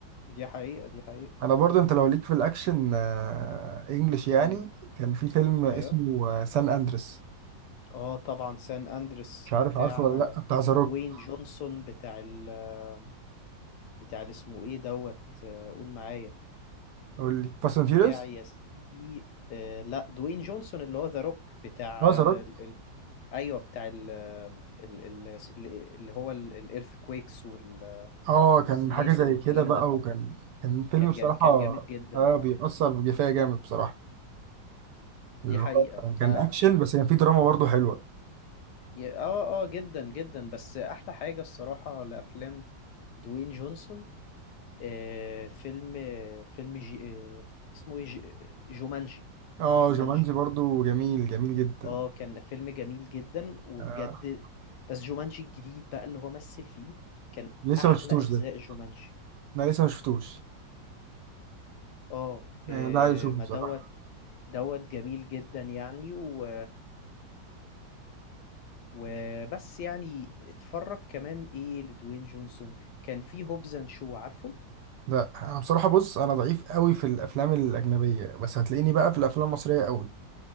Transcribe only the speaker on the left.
دي حقيقة دي حقيقة
امم
ايوه
اه طبعا سان اندريس
بتاع
آه،
دوين جونسون بتاع ال آه، بتاع اللي اسمه ايه دوت آه، قول معايا
بتاع
يا سيدي آه، لا دوين جونسون اللي هو ذا روك بتاع
آه،
ال- ال- ايوه بتاع ال آه، ال- ال- اللي هو الايرث كويكس وال...
والزلازل
والكلام
ده
كان
جا- كان جامد جدا
اه
دي
حقيقة
ف
ي- اه اه جدا جدا بس احلى حاجة الصراحة لافلام دوين جونسون آه فيلم فيلم جي آه اسمه ايه جي- جومانجي
جومانجي
اه كان فيلم جميل جدا وبجد
بس جومانجي الجديد بقى اللي هو مثل فيه كان
احلى
اجزاء
جومانجي
اه
آه،
ما
دوت دوت جميل جدا يعني و وبس يعني اتفرج كمان ايه لدوين جونسون كان في هوبز اند شو عارفه